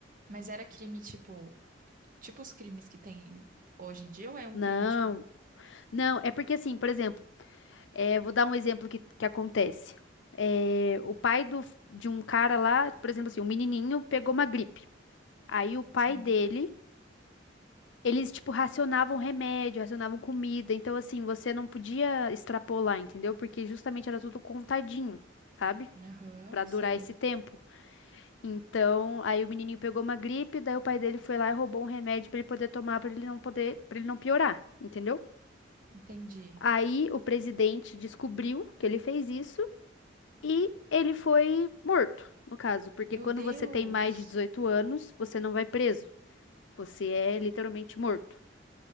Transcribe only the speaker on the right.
Mas era crime tipo, tipo os crimes que tem hoje em dia ou é um
crime tipo,
sim.
Aham,
sei.
Entendi.
Meu
Deus.